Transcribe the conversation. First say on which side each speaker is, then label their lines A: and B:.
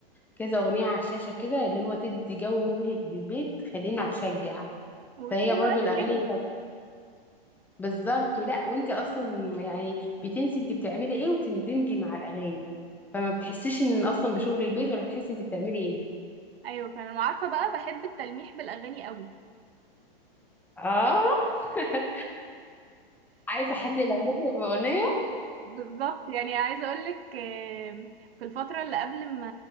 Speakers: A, in the centre; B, on the right (about 75°).
A: كذا اغنيه على الشاشه كده اللي هو تدي جو مبهج للبيت خليني اتشجع
B: وبتلاقي
A: فهي
B: الوقت
A: برضو الاغاني
B: بيجري
A: بتاعت- بالظبط ولا وانت اصلا يعني بتنسي انت بتعملي ايه وتندمجي مع الاغاني فما بتحسيش ان اصلا بشغل البيت ولا بتحسي انت بتعملي ايه
B: ايوه فانا عارفه بقى بحب التلميح بالاغاني قوي
A: اه <laughs> عايزه حد يغني باغنيه
B: بالظبط يعني عايزه اقول لك في الفتره اللي قبل ما